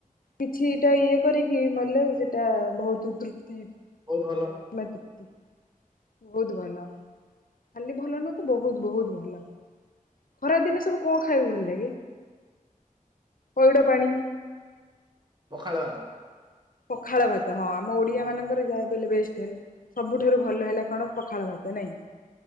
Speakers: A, on the left; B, on the right.
A: କିଛିଇଟା ଇଏ କରିକି ମଲେ ସେଟା ବହୁତ ତୃପ୍ତି ଏ
B: ବହୁତ ଭଲ
A: ହବାର। ମା ତୃପ୍ତି ବହୁତ୍ ଭଲ ଖାଲି ଭଲ ନୁହଁ ତ ବହୁତ୍ ବହୁତ୍ ଭଲ। ଖରା ଦିନେ ସବୁ କଂ ଖାଇଆକୁ ଭଲ ଲାଗେ ପଇଡ଼ ପାଣି।
B: ପଖାଳ ଭାତ।
A: ପଖାଳ ଭାତ ହଁ ଆମ ଓଡିଆ ମାନଙ୍କର ଯାହା ବି ହେଲେ ବେଷ୍ଟ୍ ହେଲ୍ ସବୁଠାରୁ ଭଲ ହେଲା କଣ ପଖାଳ ଭାତ ନାଇଁ?